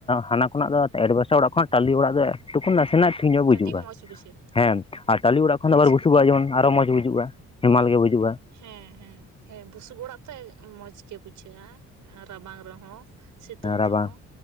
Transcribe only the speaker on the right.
ᱠᱟᱹᱴᱤᱡ ᱢᱚᱸᱡᱽ ᱵᱩᱡᱷᱟᱹᱜᱼᱟ
ᱟᱪᱪᱷᱟ
ᱦᱮᱸ ᱦᱮᱸ ᱦᱮᱸ ᱵᱩᱥᱩᱵ ᱚᱲᱟᱜ ᱛᱮ ᱢᱚᱸᱡᱽ ᱜᱮ ᱵᱩᱡᱷᱟᱹᱜᱼᱟ ᱨᱟᱵᱟᱝ ᱨᱮᱦᱚᱸ ᱥᱤᱛᱩᱝ
ᱨᱮᱦᱚᱸ